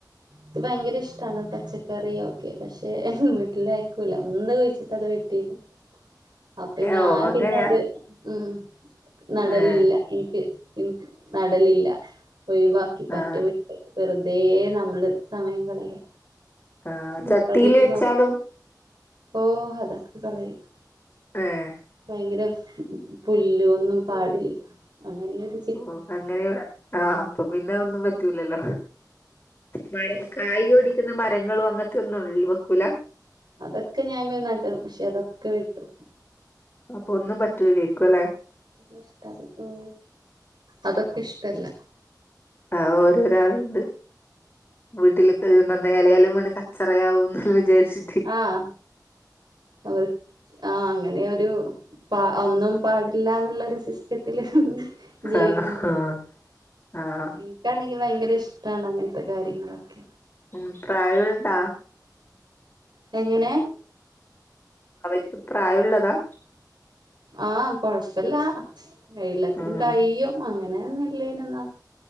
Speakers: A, on the right; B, on the left.
A: ക്ക് ഭയങ്കര ഇഷ്ടാണ് പച്ചക്കറിയോക്കെ പക്ഷെ വീട്ടില് കായ്ക്കുല എന്ത് കുഴിച്ചിട്ടാ അത് വീ- ട്ടിതു അപ്പൊ ഞാൻ
B: ഓ അങ്ങനെയാ
A: പിന്നത് ഉം നടലില്ല
B: ഏഹ്
A: ഇൻക്ക് ഇൻക്ക് നടലില്ല ഒഴവാ- ക്കി പറ്റെ
B: ആഹ്
A: വിട്ട് വെറുതേ നമ്മള് സമയം കളയാ
B: ആഹ് ചട്ടിയില്
A: ഇപ്പ ഇതിക്ക്നോക്ക്
B: വെച്ചാലും
A: ഓ അതൊക്കെ കളയും
B: ഏഹ്
A: ഭയങ്കര പുല്ല് ഒന്നും പാടില്ല അങ്ങനെയൊരു
B: ഓ അങ്ങനെയ ആഹ് അപ്പൊ പിന്നെ ഒന്നും പറ്റൂലല്ലോ മരക്കായ ഓടിക്കുന്ന മരങ്ങളും അങ്ങത്തെന്നും വെക്കൂല
A: അതൊക്കെ ഞാൻ നടും പക്ഷെ അതൊക്കെ വെട്ടും
B: അപ്പൊ ഒന്നും പറ്റൂലേര്ക്കും അല്ലേ
A: ഇഷ്ട ഉ അതൊക്കെ ഇഷ്ടല്ല
B: ആ ഓരോരാളുണ്ട് വീട്ടില് ന്ന ലെ ഇലയെല്ലാം വീണ് കച്ചറയാവൂ ന്ന് വിചാരിച്
A: ആഹ് അവർ ആ അങ്ങനെയൊരു പ ഒന്നും പാടില്ല എന്നുള്ള ഒരു സിസ്റ്റത്തില് ജീവിക്കണം
B: ആഹ് ആഹ് ആഹ്
A: എനിക്കാണെങ്കിൽ ഭയങ്കര ഇഷ്ടാണ് അങ്ങനത്തെ കാര്യങ്ങളൊക്കെ
B: ഉം പ്രായൂണ്ടോ
A: എങ്ങനെ
B: അവർക്ക് പ്രായുള്ളതാ
A: ആഹ കൊഴപ്പല്ല എല്ലാത്തിനും
B: ഉം
A: കയിയും അങ്ങനൊന്നുല്ലേയ്നുന്നാ